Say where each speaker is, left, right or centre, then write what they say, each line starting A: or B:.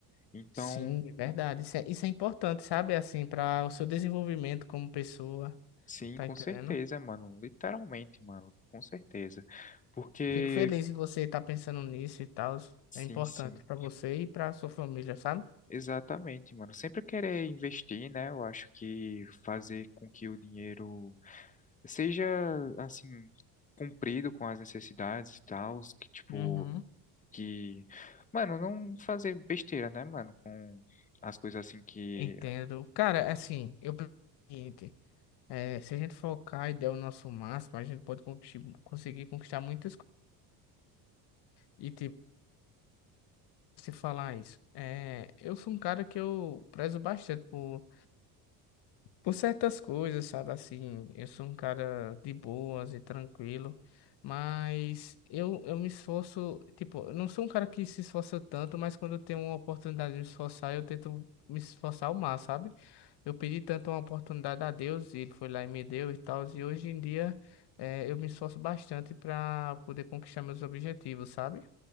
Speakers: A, on the left; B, on the left.
A: Então,
B: Sim, é verdade. Isso é, isso é importante, sabe? Assim, para o seu desenvolvimento como pessoa,
A: sim,
B: tá
A: com
B: entendendo?
A: certeza, mano. Literalmente, mano, com certeza. Porque
B: Fico feliz em você estar pensando nisso e tal.
A: Sim,
B: É importante
A: sim.
B: para você e para sua família, sabe?
A: Exatamente, mano. Sempre querer investir, né? Eu acho que fazer com que o dinheiro seja, assim, cumprido com as necessidades e tal, que tipo,
B: Uhum.
A: que, mano, não fazer besteira, né, mano, com as coisas assim que.
B: Entendo. Cara, assim, eu penso o seguinte, é, se a gente focar e der o nosso máximo, a gente pode conquistar, conseguir conquistar muitas coisas. se falar isso. É, eu sou um cara que eu prezo bastante por, por certas coisas, sabe? Assim, eu sou um cara de boas e tranquilo, mas eu, eu me esforço, tipo, eu não sou um cara que se esforça tanto, mas quando eu tenho uma oportunidade de me esforçar, eu tento me esforçar ao máximo, sabe? Eu pedi tanto uma oportunidade a Deus e ele foi lá e me deu e tal, e hoje em dia é, eu me esforço bastante para poder conquistar meus objetivos, sabe?